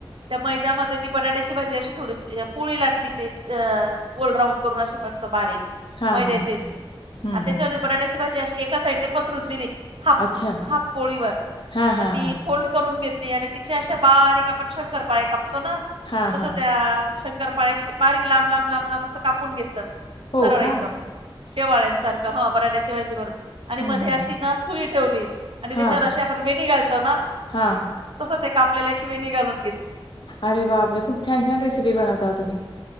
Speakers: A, on the right; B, on the left.
A: त्या मैद्यामध्ये ती बटाट्याची भाजी अशी थोडीशी पोळी लाटली. ते अ, गोल राऊड करून मस्तबारीक,
B: हा
A: मैद्याच्या
B: हा
A: हिची,
B: हम्म
A: अन् त्याच्यावर
B: हम्म
A: बटाटा ची भाजी अशी एका साईडने पसरून दिली, हाफ,
B: अच्छा
A: हाफ पोळी वर,
B: हा
A: अन
B: हा
A: ती
B: हा
A: फोल्ड करून घेतली आणि तिची अशे बारीक आपण शंकरपाळे कापतो ना.
B: हा
A: तस
B: हा
A: त्या शंकरपाळ्याशी बारीक लांब लांब लांब लांब असं कापून घेतलं.
B: हो
A: सरळ
B: का
A: एकदम, शेवाळ्यांसारखं हा बराट्याची भाजी भरून, आणि
B: हम्म
A: मध्ये
B: हम्म
A: अशी ना खूळी ठेवली, आणि
B: हा
A: त्याच्यावर अशी आपण वेनी घालतो ना.
B: हा.
A: तसं ते कापल्याल्याची वेणी घालून घेतली.
B: अरे बापरे! खूप छान-छान रेसिपी बनवता ओ तुम्ही.